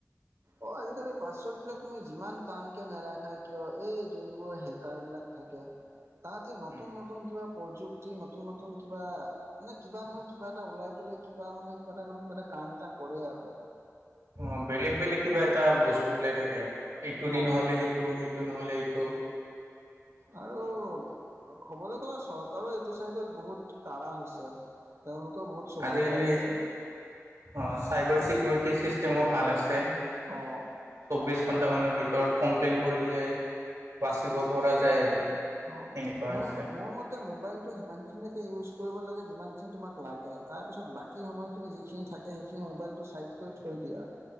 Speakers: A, on the right; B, on the right.
A: অ' আজিকালি পাছৱৰ্ড বিলাক তুমি যিমান টানকে নাৰাখা কিয়, এই যোনবোৰ হেকাৰ বিলাক থাকে। তাহাতি নতুন
B: উম,
A: নতুন কিবা প্ৰযুক্তি নতুন নতুন কিবা মানে কিবা নহয় কিবা এটা ওলাই পেলাই কিবা মানে কিবা এটা নহয় কিবা এটা কান্দ এটা কৰে আৰু।
B: অ' বেলেগ বেলেগ কিবা এটা বস্তু ওলাই থাকে। এইটো দিন
A: অ
B: নহ'লে সেইটো সেইটো নহ'লে সেই টো,
A: আৰু ক'বলৈ গ'লে চৰকাৰো এইটো চাইডত বহুত কাঢ়া হৈছে। তেওঁলোকেও বহুত চকু
B: আজিকালি
A: দিয়া হৈছে।
B: অ' চাইবাৰ চিকিউৰিটি চিষ্টেমো ভাল আছে।
A: অঁ
B: চৌবিশ ঘণ্টামানৰ ভিতৰত কমপ্লেইন কৰিলে বাচিব পৰা যায় আৰু।
A: অ
B: এনেকুৱা
A: মোৰ
B: হৈছে।
A: মোৰ মতে টো মোবাইলটো সিমানখিনিলৈকে ইউজ কৰিব লাগে, যিমানখিনি তোমাক লাগে। তাৰপিছত ব বাকী সময়খিনি যিখিনি থাকে সেইখিনি মোবাইলটো চাইড কৰি থৈ দিয়া।